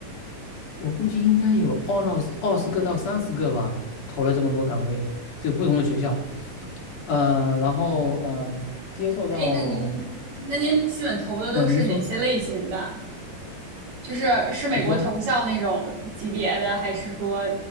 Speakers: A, on the left; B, on the right.
A: 我估计应该有二到二十个到三十个吧，投了这么多岗位，就不同的学校。呃，然后呃，接受到
B: 哎，那您那您基本投的都是哪些类型的？
A: 呃，您说，
B: 就是是美国藤校那种级别的，
A: 你说，
B: 还是说